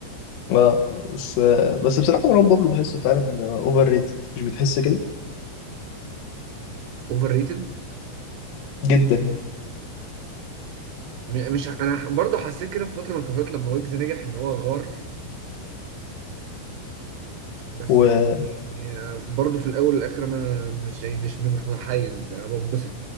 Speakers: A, on the left; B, on the right.
A: اه بس بس بصراحة مروان بابلو بحسه فعلا اوفر ريتد مش بتحس كده
B: اوفر ريتد
A: جدا يعني
B: مش انا برضه حسيت كده في فتره من الفترات لما ويجز نجح ان هو غار بس
A: وفعلا
B: يعني برضه في الاول والاخر انا مش يعني مش مش متحيز انا بنبسط